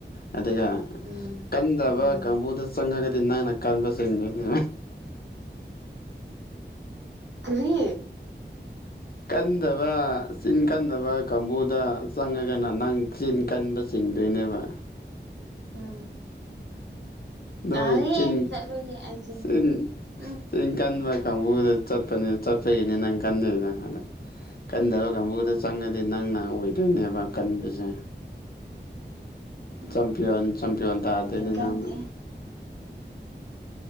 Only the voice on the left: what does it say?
ꯑꯗꯨꯒ
ꯀꯟꯗꯕ
ꯀꯥꯡꯕꯨꯗ ꯆꯪꯉꯒꯗꯤ ꯅꯪꯅ ꯀꯥꯟꯕ ꯆꯗꯣꯏꯅꯦ
ꯀꯟꯗꯕ ꯆꯤꯟ ꯀꯟꯗꯕ ꯀꯥꯡꯕꯨꯗ ꯆꯪꯉꯒꯅ ꯅꯪ ꯆꯤꯟ ꯀꯟꯕ ꯆꯤꯡꯗꯣꯏꯅꯕ
ꯅꯣꯏ
ꯆꯤꯡ
ꯆ
ꯆꯤꯜ ꯀꯟꯕ ꯀꯥꯡꯕꯨꯗ ꯆꯠꯄꯅꯤ ꯆꯠꯄꯒꯤꯅꯤꯅꯦ ꯅꯪ ꯀꯗꯗꯪ ꯑꯗ ꯀꯟꯕ ꯀꯥꯡꯕꯨꯗ
ꯆꯪꯉꯗꯤ ꯅꯪꯅ ꯑꯣꯏꯗꯣꯏꯅꯦꯕ ꯀꯟꯕꯁꯦ
ꯆꯝꯄꯤꯌꯟ ꯆꯝꯄꯤꯌꯣꯟ ꯇꯥꯗꯣꯏꯅꯤ
ꯅꯪꯅ